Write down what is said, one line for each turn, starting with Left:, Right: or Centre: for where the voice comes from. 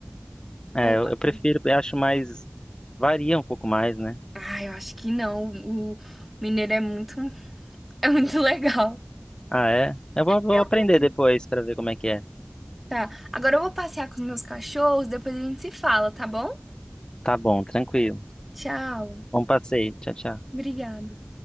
Left: É,
Centre: Online.
Left: eu, eu prefiro, eu acho mais, varia um pouco mais, né?
Centre: Ah, eu acho que não. O mineiro é muito, <laughs> é muito legal.
Left: Ah, é? Eu vou, vou
Centre: Eu
Left: aprender
Centre: prefiro.
Left: depois pra ver como é que é.
Centre: Tá, agora eu vou passear com os meus cachorros, depois a gente se fala, tá bom?
Left: Tá bom, tranquilo.
Centre: Tchau.
Left: Bom passeio. Tchau, tchau.
Centre: Obrigada.